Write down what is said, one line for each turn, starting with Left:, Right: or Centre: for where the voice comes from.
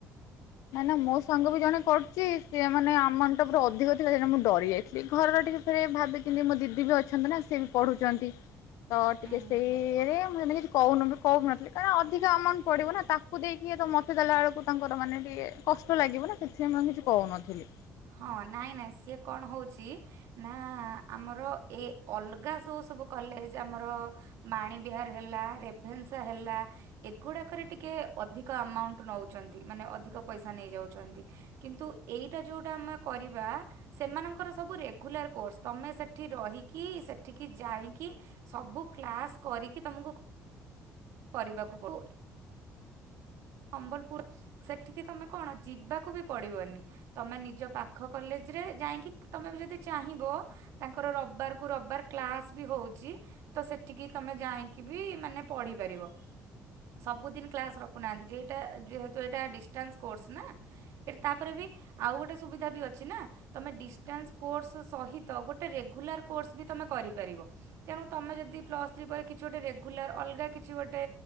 Left: କାଇଁ ନା ମୋ ସାଙ୍ଗ ବି ଜଣେ କରୁଚି। ସିଏ ମାନେ ଆମାଉଣ୍ଟଟା ପୁରା ଅଧିକ ଥିଲା। ସେଇନାଗି ମୁଁ ଡରି ଯାଇଥିଲି। ଘରର ଟିକେ ସେ ଭାବିଚିନ୍ତି, ମୋ ଦିଦି ବି ଅଛନ୍ତି ନା, ସିଏ ବି ପଢୁଛନ୍ତି। ତ ଟିକେ
Right: ଉଁ
Left: ସେଇ ଇଏରେ ମୁଁ ସେମିତି କିଛି କହୁନି, କହୁନଥିଲି, କାଇଁ ନା ଅଧିକ ଆମାଉଣ୍ଟ ପଡିବ ନା। ତା ତାକୁ ଦେଇକି ତ ମତେ ଦେଲା ବେଳକୁ ତାଙ୍କର ମାନେ ଟିକେ ଇଏ କଷ୍ଟ ଲାଗିବ ନା। ସେଥିପାଇଁ ମୁଁ କିଛି କହୁନଥିଲି।
Right: ହଁ, ନାଇଁ ନାଇଁ, ସିଏ କଣ ହଉଛି? ନା ଆମର ଏ ଅଲଗା ସବୁ ସବୁ କଲେଜ ଆମର ବାଣୀବିିହାର ହେଲା, ରେଭେନ୍ସା ହେଲା ଏଗୁଡ଼ାକରେ ଟିକେ ଅଧିକ ଆମାଉଣ୍ଟ ନେଉଚନ୍ତି, ମାନେ ଅଧିକ ପଇସା ନେଇଯାଉଚନ୍ତି। କିନ୍ତୁ ଏଇଟା ଯୋଉ ଟା ଆମେ କରିବା, ସେମାନଙ୍କର ସବୁ ରେଗୁଲାର କୋର୍ସ। ତମେ ସେଠି ରହିିକି ସେଠିକି ଯାଇକି ସବୁ କ୍ଲାସ୍ କରିକି ତୁମକୁ କରିବାକୁ ପଡୁ। ସମ୍ବଲପୁର, ସେଠିକି ତମେ କଣ ଯିବାକୁ ବି ପଡିବନି? ତୁମେ ନିଜ ପାଖ କଲେଜରେ ଯାଇକି, ତୁମେ ବି ଯଦି ଚାହିଁବ ତାଙ୍କର ରବିବାରକୁ ରବିବାର କ୍ଳାସ୍ ବି ହଉଛି। ତ ସେଠିକି ତମେ ଯାଇକି ବି ମାନେ ପଢିପାରିବ। ସବୁଦିନ କ୍ଲାସ୍ ରଖୁନାହାନ୍ତି। ଏଇଟା ଯେହେତୁ ଏଇଟା ଡିଷ୍ଟାନ୍ସ୍ କୋର୍ସ ନା। ଏଇଟା ତା ପରେ ବି ଆଉ ଗୋଟେ ସୁବିଧା ବି ଅଛି ନା। ତମେ ଡିଷ୍ଟାନ୍ସ୍ କୋର୍ସ ସହିତ ଗୋଟେ ରେଗୁଲାର କୋର୍ସ ବି ତମେ କରିପାରିବ। ତେଣୁ ତୁମେ ଯଦି ପ୍ଲସ୍ ଥ୍ରୀ ପରେ କିଛି ଗୋଟେ ରେଗୁଲାର ଅଲଗା କିଛି ଗୋଟେ